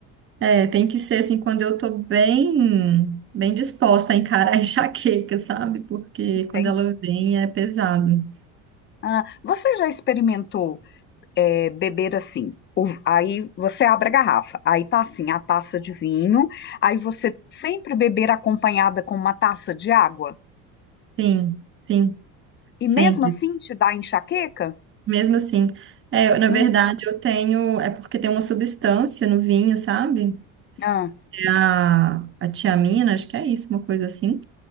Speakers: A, on the right; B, on the left.
A: É, tem que ser assim quando eu tô bem, bem disposta a encarar <laughs> a enxaqueca, sabe? Porque
B: Entende?
A: quando ela vem é pesado.
B: Ah, você já experimentou é, beber assim? O- aí você abre a garrafa, aí tá assim, a taça de vinho, aí você sempre beber acompanhada com uma taça de água?
A: Sim, sim,
B: E
A: sempre.
B: mesmo assim te dá enxaqueca?
A: Mesmo assim, é, na verdade
B: Hum,
A: eu tenho, é porque tem uma substância no vinho, sabe?
B: ah,
A: É a, a tiamina, acho que é isso, uma coisa assim.